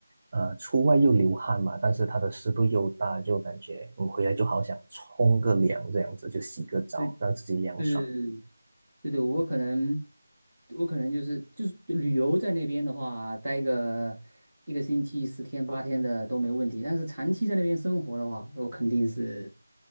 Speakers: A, on the right; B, in the centre.
A: 呃，出外又流汗嘛，但是它的湿度又大，就感觉你回来就好想冲个凉，这样子就洗个澡，
B: 对对
A: 让自己凉爽。
B: 对对对对，我可能，我可能就是就是旅游在那边的话，待个一个星期、十天八天的都没问题。但是长期在那边生活的话，我肯定是，